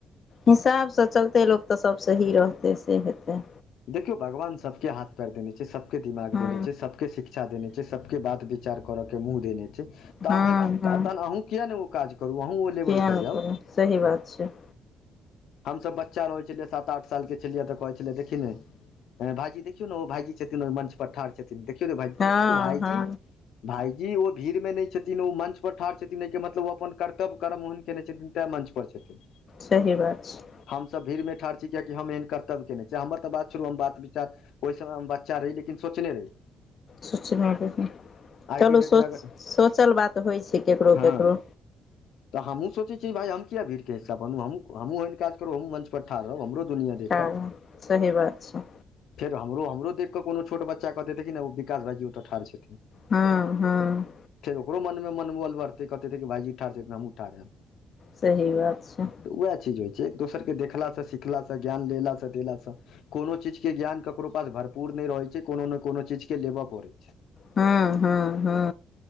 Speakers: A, on the left; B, on the left.
A: हिसाबसँ चलतै लोक तऽ सब सही रहतै से हेतै
B: देखियौ भगवान सबके हाथ पैर देने छै सबके दिमाग
A: हँ
B: देने छै सबके शिक्षा इचछा देने छै सबके बात विचार करऽ के मुंह देने छै तऽ
A: हँ
B: अहाँ
A: हँ
B: तहन अहूँ किया ने ओ काज करू अहूँ ओ लेवलपर
A: किए नहि
B: जाउ
A: करू सही बात छै
B: हमसभ बच्चा रहै छलियै सात आठ सालके छलियै तऽ कहै छलियै देखी ने अ भाइजी देखियौ ने ओ भाइजी छथिन ओइ मंच पर ठाढ़ छथिन देखियौ रे भाइजी
A: हँ
B: तऽ भाइजी
A: हँ
B: भायजी ओ भीड़ में नहि छथिन ओ मं्च परर ठाढ़ छथिन मतलब ओ अपन कर्तव्य कर्म हु केने छथिन तैय मंच पर छथिन
A: सही बात छै
B: हमसभ भीड़मे ठाढ़ छी कियाकि हम एहन कर्तव्य केने छी हमर तऽ बात छोड़ू हम बात विचार ओहि समय हम बच्चा रही लेकिन सोचने रही
A: सोचल
B: आइ
A: चलू
B: के डेट
A: सो
B: मे अगर
A: सोचल बात होइ छै ककरो
B: हँ
A: ककरो
B: तऽ हमहूं सोचैत छियै भाइ हम किया भीड़के हिस्सा बनु हमहुं हमहूं एहन काज करू हमहुं मंच पर ठाढ रहब हमरो दुनिया देखै
A: ठाढ़ सही बात छै
B: फेर हमरो हमरो देखि कऽ कोनो छोट बच्चा कहतै देखन ने ओ विकास भाइजी ओतय ठाढ़ छथिन
A: हँ हँ
B: फेर ओकरो मन मनोबल बढ़तै कहतै देखियौ भाइजी ठाढ़ छैथ हमहुं ठाढ़ हैब
A: सही बात छय
B: तऽ उएह चीज होइ छै एक दोसरके देखलासँ सिखलासँ ज्ञान लेलासँ देलासँ कोनो चीज के ज्ञान ककरो पास भरपूर नहि रहैत छै कोनो ने कोनो चीज के लेबय पड़ैत छय
A: हु हुहुँ